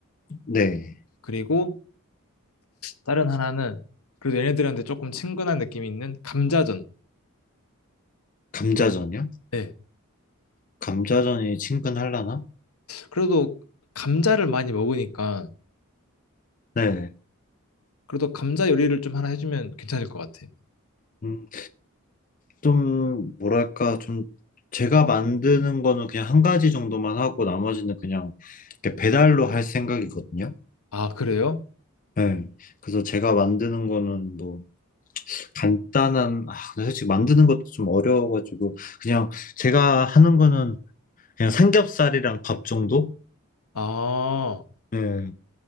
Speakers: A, on the left (about 35°); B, on the left (about 85°).
A: 네.
B: 그리고 다른 하나는, 그래도 얘네들한테 조금 친근한 느낌이 있는 감자전.
A: 감자전이요?
B: 네.
A: 감자전이 친근하려나?
B: 그래도 감자를 많이 먹으니까,
A: 네.
B: 그래도 감자 요리를 좀 하나 해주면 괜찮을 것 같아요.
A: 음, 좀, 뭐랄까, 좀, 제가 만드는 거는 그냥 한 가지 정도만 하고 나머지는 그냥 이렇게 배달로 할 생각이거든요?
B: 아, 그래요?
A: 네. 그래서 제가 만드는 거는 뭐, 간단한, 아, 근데 솔직히 만드는 것도 좀 어려워가지고, 그냥 제가 하는 거는 그냥 삼겹살이랑 밥 정도?
B: 아,
A: 네,